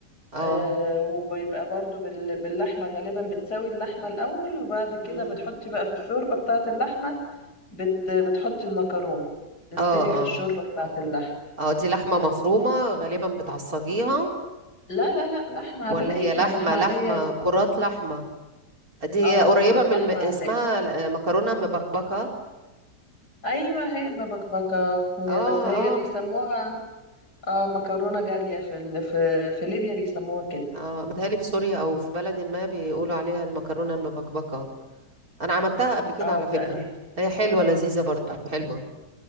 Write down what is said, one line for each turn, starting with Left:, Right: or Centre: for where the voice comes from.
Right: اه
Left: آه، وبيبقى برضو بال... باللحمة غالبا بتساوي اللحمة الأول وبعد كده
Right: مم.
Left: بتحطي بقى في الشوربة بتاعة اللحمة بت... بتحطي المكرونة تستوي
Right: اه
Left: في
Right: اه
Left: الشوربة بتاعة اللحمة
Right: اه دي لحمة مفرومة غالبا بتعصجيها
Left: لا لا لا لحمة عادية
Right: ولا هي لحمة
Left: لحمة عادية
Right: لحمة كرات لحمة دي هي
Left: اه
Right: قريبة
Left: كرات
Right: من
Left: لحمة
Right: الم... اسمها
Left: عادية
Right: ل- آه، مكرونة مبكبكة
Left: ايوه هي المبكبكة هي
Right: اه
Left: بس هي
Right: اه
Left: بيسموها اه مكرونة جارية في ال... في في ليبيا بيسموها كده
Right: اه متهيألي في سوريا او في بلد ما بيقولوا عليها المكرونه المبكبكه انا عملتها قبل كده
Left: اه
Right: على فكره
Left: تقريبا
Right: هي حلوه لذيذه برضو حلوه